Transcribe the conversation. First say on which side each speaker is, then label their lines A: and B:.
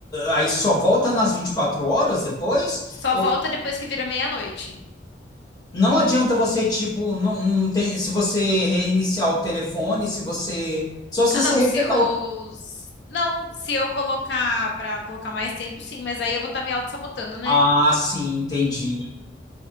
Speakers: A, on the left (about 20°); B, on the left (about 70°).
A: aí só volta nas 24 horas depois?
B: Só
A: Ou-
B: volta depois que vira meia-noite.
A: Não adianta você, tipo, não, não tem, se você reiniciar o telefone, se você. Só se você
B: Ah, não,
A: resetar
B: se eu.
A: o.
B: Não, se eu colocar pra colocar mais tempo, sim, mas aí eu vou estar me auto-sabotando, né?
A: Ah, sim, entendi.